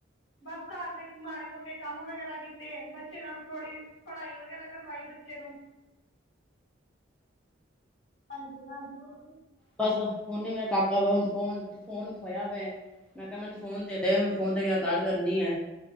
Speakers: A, on the left; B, in the centre.
A: ਬਸ ਘਰ ਦੇ ਮਾੜੇ-ਮੋਟੇ ਕੰਮ ਵਗੈਰਾ ਕੀਤੇ, ਬੱਚੇ ਨਾਲ ਥੋੜੀ ਪੜ੍ਹਾਈ ਵਗੈਰਾ ਕਰਵਾਈ ਬੱਚੇ ਨੂੰ। ਹਾਂਜੀ-ਹਾਂਜੀ।
B: ਬਸ-ਬਸ, ਹੁਣੇ ਹੀ ਮੈਂ ਕਾਕਾ ਵ ਫੋਨ-ਫੋਨ ਖੋਇਆ ਵੈ, ਮੈਂ ਕਿਹਾ ਮੈਨੂੰ ਫੋਨ ਦੇ ਦੇ ਮੈਂ ਫੋਨ ਤੇ ਮੈਂ ਗੱਲ ਕਰਨੀ ਹੈ।